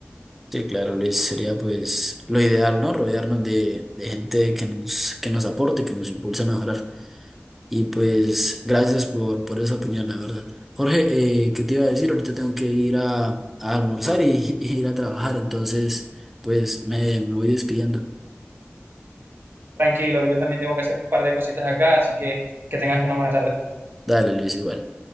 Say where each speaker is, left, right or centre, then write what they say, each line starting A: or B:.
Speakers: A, in the centre; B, on the right.
A: Sí, claro, Luis, sería pues lo ideal, ¿no? Rodearnos de, de gente que nos, que nos aporte, que nos impulse a mejorar. Y pues gracias por, por esa opinión, la verdad. Jorge, eh, ¿qué te iba a decir? Ahorita tengo que ir a, a almorzar y, <laughs> y ir a trabajar, entonces pues me, me voy despidiendo.
B: Tranquilo, yo también tengo que hacer un par de cositas acá, así que que tengas una buena tarde.
A: Dale, Luis, igual.